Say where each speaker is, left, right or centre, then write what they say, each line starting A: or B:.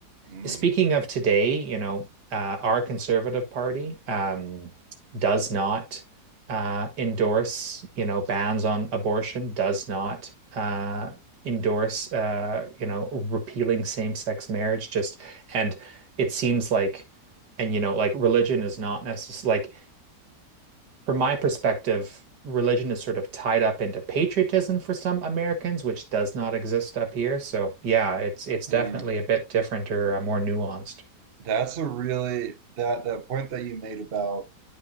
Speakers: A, on the right; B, on the right.
A: Hmm.
B: Speaking of today, you know, uh, our Conservative Party um, does not uh, endorse, you know, bans on abortion, does not uh, endorse, uh, you know, repealing same-sex marriage. Just and it seems like, and you know, like religion is not necessary. Like from my perspective, religion is sort of tied up into patriotism for some Americans, which does not exist up here. So yeah, it's it's definitely
A: Hmm.
B: a bit different or uh, more nuanced.
A: That's a really that that point that you made about,